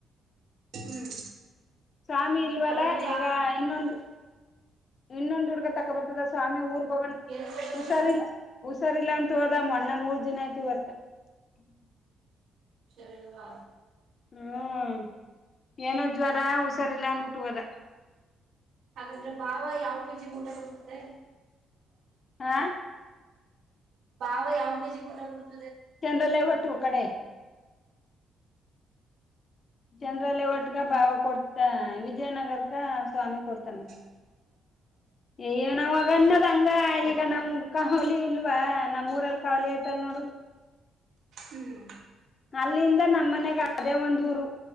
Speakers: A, on the right; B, on the left.
A: ಹ್ಮ್
B: ಸ್ವಾಮಿ ಇಲ್ವಲ್ಲ
A: ಹಾಗಾದ್ರೆ ಬಾ
B: ಈಗ ಇನ್ನೊಂದು ಇನ್ನೊಂದು ಹುಡುಗ ತಕಬರ್ತಿದ ಸ್ವಾಮಿ ಊರ್ಗ ಹೋಗಣ
A: ಎಲ್ಗೋದವನು
B: ಹುಷಾರಿಲ್ಲ ಹುಸಾರಿಲ್ಲ ಅಂತು ಹೋದ ಮಣ್ಣೆ ಮೂರ್ ಏನಾಯ್ತು ಒಕ <unintelligible>
A: ಹುಷಾರಿರುವಾ
B: ಹ್ಮ್ ಏನೋ ಜ್ವರ ಹುಷಾರಿಲ್ಲ ಅನ್ಬಿಟ್ಟ ಹೋದ
A: ಹಾಗಂದ್ರೆ ಭಾವ ಯಾವ ಕೆ ಜಿ ಊಟ ಕೊಡ್ತದೆ
B: ಹಾ
A: <unintelligible> <unintelligible>
B: ಚಂದ್ರಲೇವಟ್ಟು ಕಡೆ ಜನ್ರಲ್ಲೇ ಒಟ್ಗ ಭಾವ ಕೊಡ್ತ ವಿಜಯನಗರ್ಗ ಸ್ವಾಮಿ ಕೊಡ್ತಾನ
A: <unintelligible>
B: ಅಯ್ಯ ನಾವ್ಗ ಅನ್ನದ್ಂಗ ಈಗ ನಮ್ ಕಾವಲಿ ಇಲ್ವಾ ನಮ್ ಊರಲ್ಲಿ ಕಾವಲಿ ಯ್ತಲ್ ನೋಡು
A: ಹ್ಮ್
B: ಅಲ್ಲಿಂದ ನಮ್ಮ ಮನೆಗ ಅದೇ ಒಂದ ಊರು